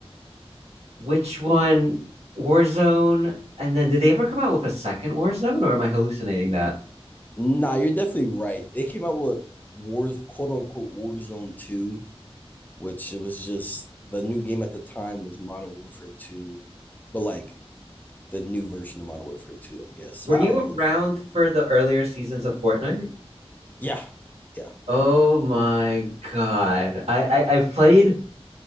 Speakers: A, on the right; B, on the left.
A: which one, Warzone, and then did they ever come out with a second Warzone, or am I hallucinating that?
B: Nah, you're definitely right. They came out with Wars, quote unquote, Warzone 2, which it was just the new game at the time was Modern Warfare 2, but like the new version of Modern Warfare 2, I guess.
A: Were
B: I
A: you
B: don't
A: around
B: know. It's,
A: for the earlier seasons of Fortnite?
B: yeah, yeah.
A: Oh my God. I, I I've played